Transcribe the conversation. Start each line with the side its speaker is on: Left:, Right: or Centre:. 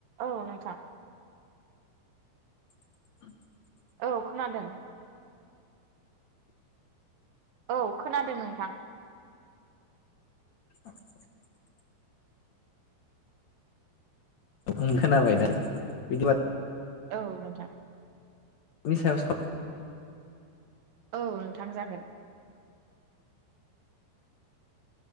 Right: औ नोंथां।
Left: <inaudible>
Right: औ खोनादों औ खोनादों नोंथां।
Left: <inaudible> ओं खोनाबाय दा बिदिबा
Right: औ नोंथां
Left: <unintelligible>
Right: औ नोंथां जागोन।